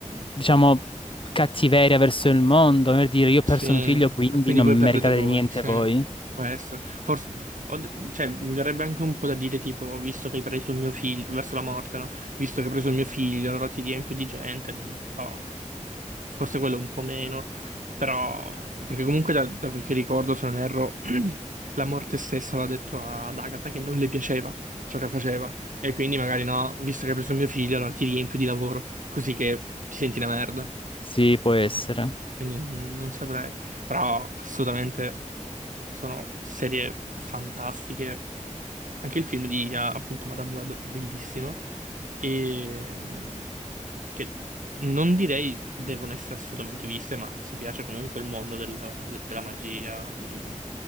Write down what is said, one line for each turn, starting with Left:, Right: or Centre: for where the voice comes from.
Left: diciamo, cattiveria verso il mondo, per dire io ho perso
Right: Sì, e
Left: mio figlio, quindi
Right: quindi
Left: non
Right: voi
Left: meritate
Right: perdete voi,
Left: niente
Right: sì,
Left: voi.
Right: può essere. Forse, od- cioè, mi verrebbe anche un po' da dire, tipo, visto che hai preso il mio figlio, verso la morte, no? Visto che hai preso il mio figlio, allora ti riempio di gente, non so, forse quello un po' meno, però, perché comunque da, da quel che ricordo, se non erro, <clears throat> la morte stessa aveva detto ad Agatha che non le piaceva ciò che faceva, e quindi magari no, visto che hai preso il mio figlio, allora ti riempio di lavoro, così che ti senti una merda.
Left: Sì, può essere.
Right: Quindi non non saprei. Però assolutamente sono serie fantastiche. Anche il film di eh, appunto Madame Web, bellissimo. E mm, che non direi devono essere assolutamente viste, ma se piace comunque il mondo del- de- della magia, di tutte